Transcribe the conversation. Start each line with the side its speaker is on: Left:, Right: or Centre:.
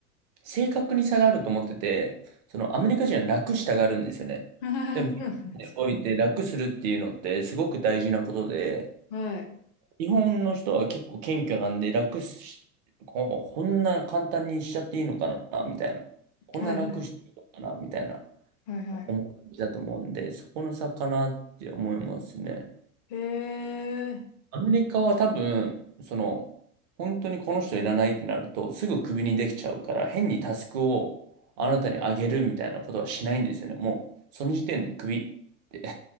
Right: 正確に差があると思ってて、そのアメリカ人は楽したがるんですよね。
Left: <laughs> そうなんですか
Right: でも、において楽するっていうのってすごく大事なことで、
Left: はい。
Right: 日本の人は結構謙虚なんで楽し、ここんな簡単にしちゃっていいのかな、みたいな。こんな楽していいのかな、
Left: はい。はい。
Right: みたいな
Left: はい。はい
Right: 思いだと思うんで、そこの差かなって思いますね。
Left: へえ。
Right: アメリカは多分、その、本当にこの人いらないってなると、すぐクビにできちゃうから、変にタスクをあなたにあげるみたいなことはしないんですよね。もう、その時点でクビって <laughs>